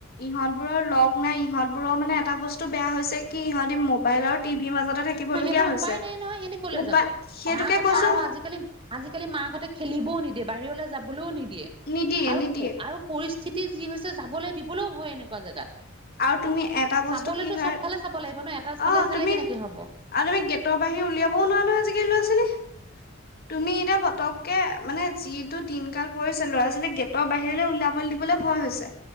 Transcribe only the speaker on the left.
এইহঁতবোৰৰ লগ নাই। এইহঁতবোৰৰ মানে এটা বস্তু বেয়া হৈছে কি? এইহঁতে মোবাইলত টিভি মাজতে থাকিবলগীয়া
হৈছে
উপায়
সেইটোকে
কৈছো
নিদিয়ে নিদিয়ে
আৰু তুমি এটা বস্তু
কি
হয়
অ
তুমি
আৰু তুমি গেটৰ বাহিৰে ওলাবও নোৱাৰি নহয়, আজিকালি ল'ৰা -ছোৱালী।
তুমি এতিয়া ফটোকে মানে যিটো দিন কালি পৰিছে। ল'ৰা- ছোৱালী গেটৰ বাহিৰে ওলাব দিবলৈ ভয় হৈছে।